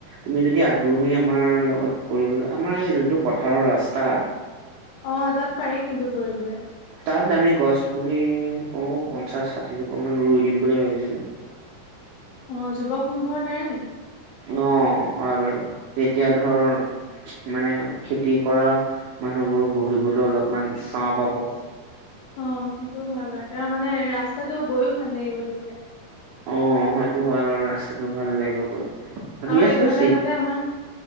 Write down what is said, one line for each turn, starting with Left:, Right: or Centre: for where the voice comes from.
Right: তুমি যদি আগ্ৰহী আমাৰ লগত কৰিবলৈ আমাৰ এই যোনটো পথাৰৰ ৰাস্তা
Left: অ' তাত পাৰি কিন্তু কৰিবলৈ।
Right: তাত আমি গছ পুলি কমেও পঞ্চাশ, ষাঠিৰ জোপা মান ৰুই দিম বুলি ভাবিছিলোঁ।
Left: অ' যুৱক সংঘৰ দ্বাৰা নেকি?
Right: অ' হয় বাৰু তেতিয়া ধৰ মানে খেতি কৰা মানুহবোৰো বহিবলৈ অলপমান চাৰহ পাব।
Left: অ' সেইটোও হয় বাৰু। তেওঁ মানে ৰাস্তাটো গৈও ভাল লাগিব তেতিয়া।
Right: অ' সেইটো হয় বাৰু ৰাস্তাটো ভাল লাগিব গৈ। ভাবি
Left: আৰু
Right: আছো
Left: এইফালে
Right: চিক
Left: তাতে আমাৰ